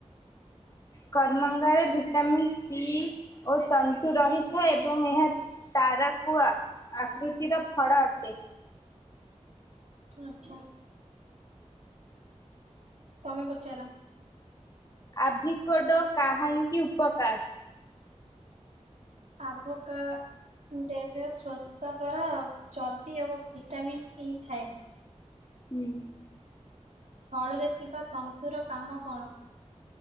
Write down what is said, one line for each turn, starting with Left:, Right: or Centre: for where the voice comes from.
Left: କରମଙ୍ଗାରେ ଭିଟାମିନ୍ ସି ଓ ତନ୍ତୁ ରହିଥାଏ ଏବଂ ଏହା ତାରାକୁ ଆ ଆକୃତିର ଫଡା ଅଟେ।
Right: ଆଚ୍ଛା। ତମେ ପଚାର?
Left: ଆଭିକୋଡ଼ କାହିଁକି ଉପକାର?
Right: ଆଭୋକା ଡରେ ସ୍ୱାସ୍ଥ୍ୟକର ଚର୍ବି ଓ ଭିଟାମିନ୍ ଇ ଥାଏ।
Left: ହୁଁ।
Right: ଫଳରେ ଥିବା ତନ୍ତୁର କାମ କଣ?